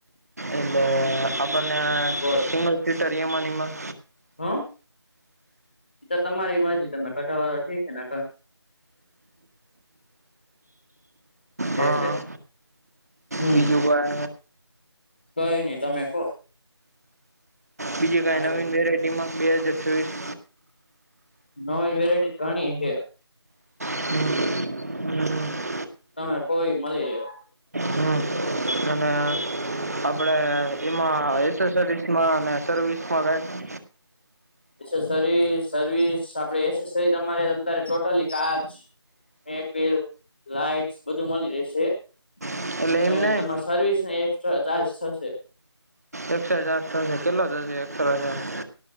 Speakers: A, on the right (about 35°); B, in the centre.
A: એ અને આપણે
B: બોલ
A: સીટરિયામાં નિમાં
B: હ, એ તો તમારી મરજી તમે કઢાવો તો ઠીક છે ને.
A: હા,
B: એટલે હમ
A: બીજું કોય?
B: કઈ નઈ તમે કો?
A: બીજી કઈ નવીન
B: તો
A: વેરાયટી માં બે હાજર છવીસ?
B: નવી વેરાયટી ઘણી હ.
A: હમ હમ <inaudible>
B: તમે કોઈ મલી લેય હું.
A: હમ અને આપડે એમાં એસે સરીસમાં ને સર્વિસમાં કઈ.
B: એસસરી સર્વિસ આપડે એસેસરી તમારે તમતારે ટોટલી કાચ. મેકવિલ, લાઈટસ બધું મળી રહેશે.
A: એટલે
B: તોય
A: એમ નઈ
B: તમારા સર્વિસ ને એક્સ્ટ્રા ચાર્જ થશે.
A: એક્સ્ટ્રા ચાર્જ થશે કેટલો થશે એક્સ્ટ્રા ચાર્જ.